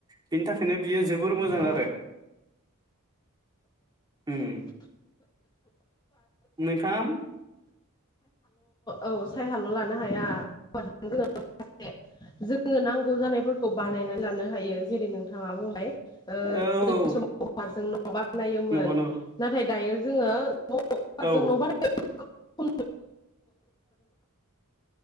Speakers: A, on the right (about 20°); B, on the left (about 20°).
A: बिनि थाखायनो बियो जोबोर मोजां
B: औ
A: आरो उम
B: <inaudible>
A: नोंथाङा
B: औ सायहाल' लानो हाया <inaudible> जोंनो नांगौ जानायफोरखौ बानायना लानो हायो जेरै नोंथाङा बुंबाय ओ गोदोनि
A: औ औ
B: समाव औवाजों न बानायोमोन।
A: नंगौ नंगौ
B: दायो जोङो औवाजों
A: औ
B: न' बानाय <inaudible> <unintelligible> <inaudible>